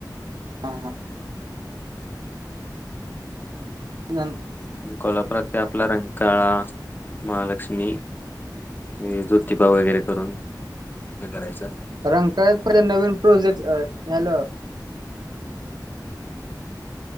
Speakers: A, on the right (about 70°); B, on the left (about 25°).
A: हा हा. <unintelligible>
B: कोल्हापुरात काय आपला रंकाळा, महालक्ष्मी हे जोतिबा वगैरे करून हे करायचं.
A: रंकाळयात पहिले नवीन प्रोजेक्ट अ hello